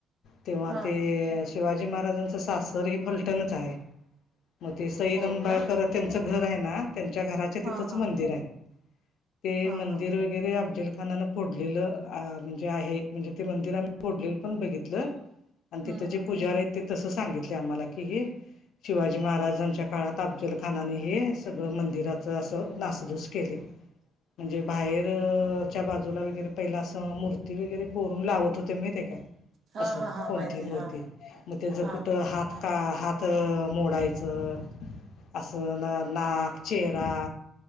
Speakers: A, on the left; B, on the right.
A: तेव्हा
B: हा
A: ते शिवाजी महाराजांचं सासर ही फलटणच आहे. मग ते सई
B: हो
A: नींबाळकर
B: का
A: त्यांचं घर आहे ना, त्यांच्या घराच्या
B: हा
A: तिथंच
B: हा.
A: मंदिर आहे. ते
B: हा
A: मंदिर
B: हा
A: वगैरे अफजल खानानं फोडलेलं म्हणजे आहे म्हणजे ते मंदिर आम्हि फोडलेल पण बघितलं, आणि
B: हम्म
A: तिथ
B: हम्म
A: जे पूजारी आहेत ते तसं सांगितलं आम्हाला की हे शिवाजी महाराजांच्या काळात अफ्जल खानाने हे सग मंदिराचं असं नासधूस केले. म्हणजे बाहेरच्या बाजूला वगैरे पहिला असं मूर्ती वगैरे कोरून लावत होते माहिती हाय काय.
B: हा
A: असं
B: हा हा
A: कोणती
B: माहिती
A: मूर्ती
B: आहे हा
A: मग त्या ज
B: हा
A: कुठं हात का हात मोडायचं अस ना नाक चेहरा